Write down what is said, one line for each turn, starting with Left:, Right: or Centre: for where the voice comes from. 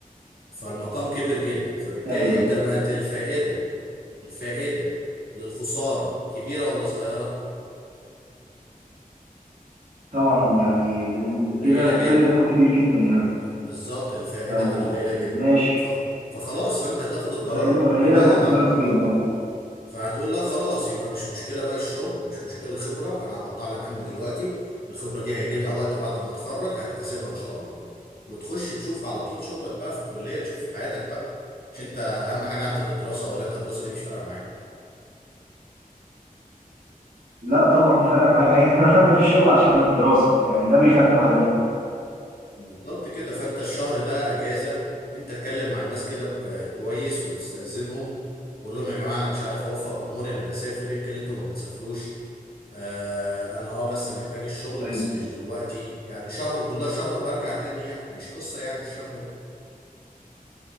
Left: فالمقام كبر جدا فبالتالي
Right: ايوه
Left: انت
Right: ايوه
Left: بقت الفائده الفائده للخساره كبيره ولا صغيره
Right: طبعا يعني من
Left: قليله
Right: كده الفرق
Left: جدا
Right: بينهم كبير جدا يعني
Left: بالظبط الفائده
Right: او
Left: بقت قليله جدا
Right: ماشي
Left: ف- فخلاص فانت هتاخد القرار
Right: الفائدة قليلة
Left: بناء
Right: والخسارة
Left: على الموضوع
Right: كبيرة
Left: ده
Right: اه
Left: فهتقول لا خلاص يبقى مش مشكله بقى الشغل مش مشكله الخبره انا هحطها على جنب دلوقتي الخبره دي هيجي لها وقت بعد ما اتخرج هكتسبها ان شاء الله وتخش تشوف على طول شغلك بقى في الكليه تشوف حياتك بقى مش انت اهم حاجه عندك الدراسه ولا انت الدراسه دي مش فارقه معاك
Right: لا طبعا فرق معايا <laughs> انا انا في الشغل عشان الدراسة يعني ده بيخدم على ده
Left: بالظبط كده فانت الشهر ده اجازه انت اتكلم مع الناس كده بك- كويس وتستاذنهم وقول لهم يا جماعه انا مش عارف اوفق اموري انا بسافر يمكن انتوا ما بتسافروش آه انا اه بس محتاج الشغل
Right: أيوه.
Left: بس مش دلوقتي يعني شهر كلها شهر وهرجع تاني يعني مش قصة يعني الشهر ده